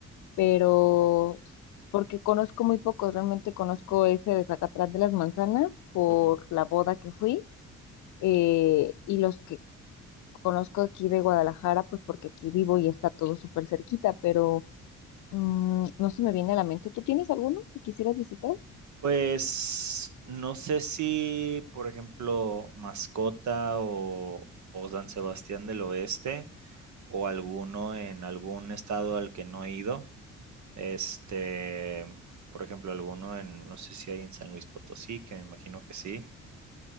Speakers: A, on the left; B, on the right.
A: pero porque conozco muy pocos, realmente conozco ese de Zacatlán de las Manzanas por
B: Ujú.
A: la boda que fui eh, y los que conozco aquí de Guadalajara, pues porque aquí vivo y está todo súper cerquita, pero mm, no se me viene a la mente. ¿Tú tienes alguno que quisieras visitar?
B: Pues no sé si, por ejemplo, Mascota o, o San Sebastián del Oeste o alguno en algún estado al que no he ido. Este, por ejemplo, alguno en, no sé si hay en San Luis Potosí, que me imagino que sí.